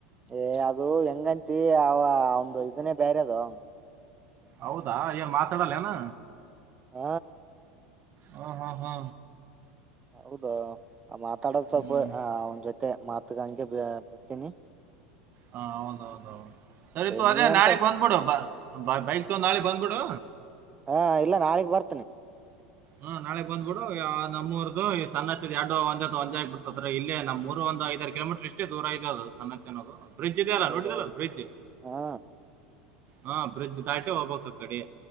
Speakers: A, on the right; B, on the right.
A: ಏ ಅದು ಹೆಂಗಂತಿ ಅವ ಒಂದು ಇದನೇ ಬೇರೆ ಅದು ಒಂದು
B: ಹೌದಾ ಏ ಮಾತಾಡಲ್ಲ ಏನ
A: ಹ್ಮ
B: ಹ ಹಾ ಹಾ
A: ಹೌದಾ ಮಾತಾಡತಪ್ಪ
B: ಹ್ಮ್
A: ಮತ್ತೆ ಮಾತುಗಂಗೆ ಬಿತಿನಿ
B: ಹಾ ಹೌದೌದು ಹ ಸರಿತು ಅದೇ
A: ನೀ ಅಂತಾರ
B: ನಾಳಗ್ ಹೊಂದ್ಬಿಡುುವ ಬ ಬ ಬೈಕ್ ತೊ ನಾಳೆ ಬಂದ್ಬಿಡು
A: ಹಾ ಇಲ್ಲ ನಾಳಗ್ ಬರ್ತೇನೆ
B: ಹಾ ನಾಳೆ ಬಂದ್ಬಿಡು ನಮ್ಮೂರು ಇದು ಈ ಸಣ್ಣತ್ತ ಎರಡು ಒಂದ ಒಂದಜ ಆಗ್ಬ ಬಿಡ್ತದ್ರ ಇಲ್ಲಿ ನಮ್ಮ್ ಮೂರು ಒಂದ ಐದಾರರ್ ಕಿಲೋಮೀಟರ್ ಇಷ್ಟೇ ದೂರ ಇದೆ ಅದು ಸಣ್ಣತ್ತ ಅನ್ನೋದು ಬ್ರಿಜ ದಲ್ಲ
A: ಹೌದೌದು
B: ಉಟಲ್ಲ ಬ್ರಿಜ
A: ಹಾ
B: ಹಾ ಬ್ರಿಡ್ಜ್ ದಾಟೆ ಹೋಗ್ಬಕ್ ಅ ಕಡೆ